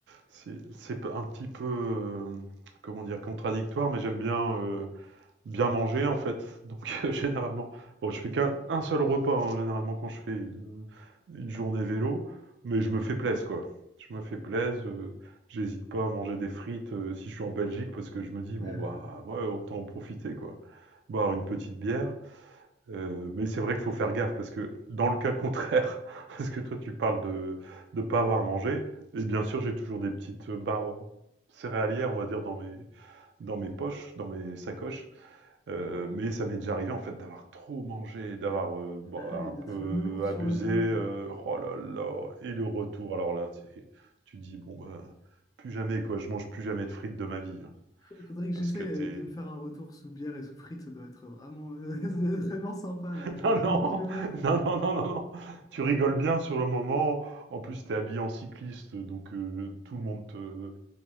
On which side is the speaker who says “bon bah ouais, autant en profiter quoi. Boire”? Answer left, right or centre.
Right